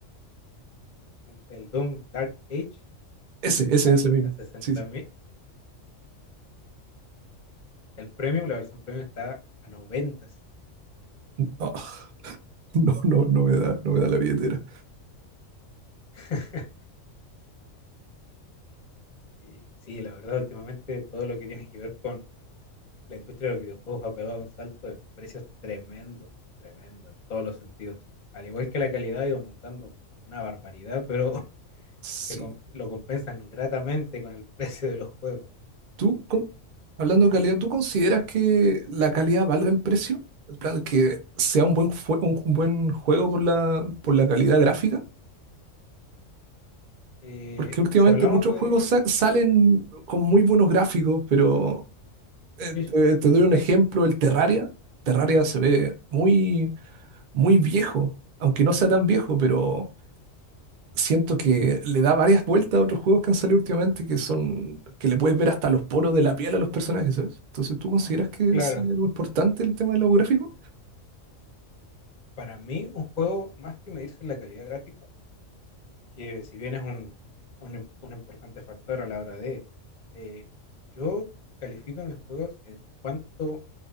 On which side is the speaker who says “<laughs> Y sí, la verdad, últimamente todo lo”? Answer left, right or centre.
Left